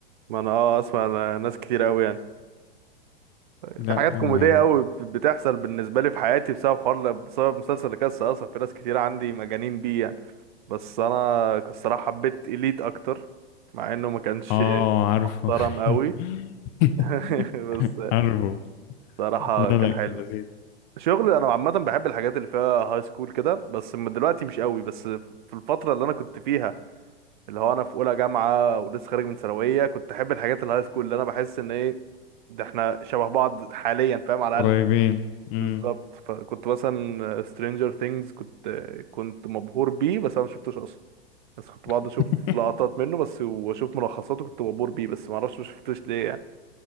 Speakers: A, on the right; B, on the left.
A: ما انا اه اسمع أنا ناس كتير قوي يعني
B: لا
A: في حاجات
B: يعني
A: كوميدية قوي بتحصل بالنسبة لي في حياتي بسبب حوار بسبب مسلسل كاس أصلا في ناس كتير عندي مجانين بيه يعني بس أنا الصراحة حبيت إليت أكتر مع إنه ما كانش
B: اه عارفه
A: محترم قوي
B: <laughs>
A: <laughs> بس
B: عارفه
A: صراحة
B: لا
A: كان
B: لا
A: حلو
B: كده زيد
A: شغل أنا عامة بحب الحاجات اللي فيها هاي سكول كده بس من دلوقتي مش قوي بس في الفترة اللي أنا كنت فيها اللي هو أنا في أولى جامعة ولسه خارج من ثانوية كنت أحب الحاجات الهاي سكول اللي أنا بحس إن إيه ده إحنا شبه بعض حاليا فاهم على
B: قريبين
A: الأقل
B: امم
A: بالظبط فكنت مثلا سترينجر ثينجز كنت كنت مبهور بيه بس انا ما شفتوش اصلا بس كنت بقعد
B: <laughs>
A: اشوف لقطات منه بس واشوف ملخصاته كنت مبهور بيه بس ما اعرفش ما شفتوش ليه يعني